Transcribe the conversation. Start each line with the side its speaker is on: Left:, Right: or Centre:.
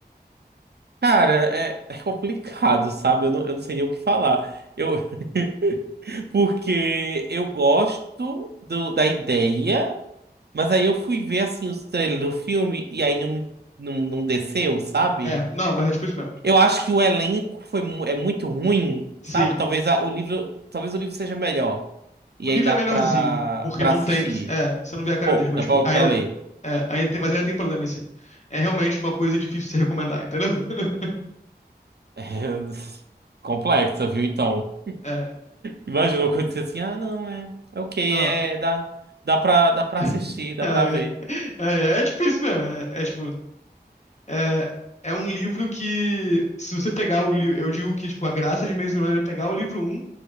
Right: Cara, é, é complicado, sabe? Eu não, eu não sei nem o que falar. Eu... <laughs> Porque eu gosto do- da ideia, mas aí eu fui ver assim os trailers do filme e aí não, não, não desceu, sabe?
Left: É, não, mas é tipo isso mesmo.
Right: Eu acho que o elenco foi, mu- é muito ruim,
Left: Sim.
Right: sabe? Talvez a- o livro, talvez o livro seja melhor. E
Left: O livro
Right: aí dá
Left: é melhorzinho,
Right: pra,
Left: porque
Right: pra
Left: não
Right: assistir.
Left: tem. É, você não vê a cara
Right: Ou
Left: deles, mas
Right: dá pra,
Left: tipo, aí,
Right: pra ler.
Left: é, aí tem, mas ainda tem problema sim. É realmente uma coisa difícil de se recomendar, entendeu? <laughs>
Right: <laughs> Complexa, viu? Então.
Left: É,
Right: Imagina eu dizer assim, ah, não, é. é Ok,
Left: não.
Right: é. Dá, dá pra, dá pra
Left: <laughs>
Right: assistir, dá
Left: É,
Right: pra ver.
Left: é, Ah, é, é tipo isso mesmo. É, é tipo. É, é um livro que, se você pegar o livro. Eu digo que, tipo, a graça de Maze Runner é pegar o livro um,